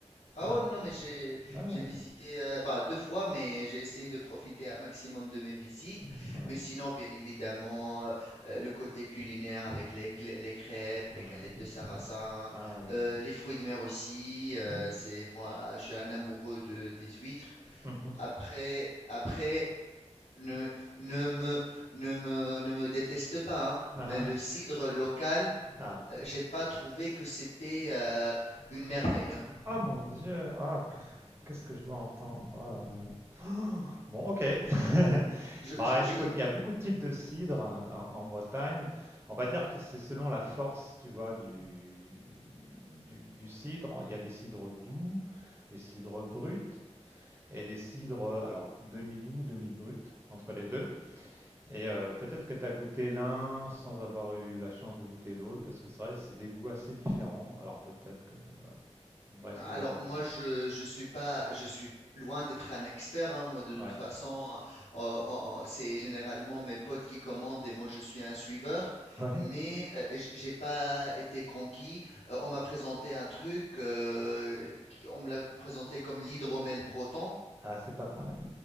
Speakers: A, on the left (about 85°); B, on the right (about 20°).
A: ah
B: Ouais,
A: oh non, non, mais j'ai
B: ouais, ouais,
A: j'ai visité euh, bah, deux fois, mais j'ai essayé de profiter un maximum de mes visites.
B: ouais.
A: Mais sinon, bien évidemment, euh, euh, le côté culinaire avec les, cl- les crêpes, les
B: Ah
A: galettes
B: oui,
A: de sarrasin,
B: ah oui,
A: euh, les fruits de mer aussi.
B: oui.
A: euh, c'est moi, je suis un amoureux de, des huîtres.
B: Mhm.
A: Après, après, ne, ne me, ne me, ne me déteste pas, hein,
B: Ah,
A: mais le cidre local,
B: ah,
A: euh, j'ai pas trouvé que c'était euh, une
B: ah.
A: merveille. hein.
B: Ah mon Dieu, ah, que- qu'est-ce que je dois entendre? Ah, euh, <gasps> Bon, ok. <laughs>
A: Je,
B: Bah,
A: je- je-
B: écoute, il y a beaucoup de types de cidre hein, en, en Bretagne. On va dire que c'est selon la force, tu vois, du, du, du cidre. Il y a des cidres doux, des cidres bruts et des cidres, alors, demi-doux, demi-bruts, entre les deux. Et euh, peut-être que tu as goûté l'un sans avoir eu la chance de goûter l'autre, parce que c'est vrai, c'est des goûts assez différents. Alors peut-être que on devrait essayer
A: Alors
B: davantage.
A: moi je je suis pas je suis loin d'être un expert hein, moi de
B: Ouais.
A: toute façon euh, euh, euh, c'est généralement mes potes qui commandent et moi je suis un suiveur
B: Ouais.
A: mais euh, j- j'ai pas été conquis Euh, on m'a présenté un truc euh, qui- on me l'a présenté comme l'hydromel breton
B: Ah, c'est pas pareil.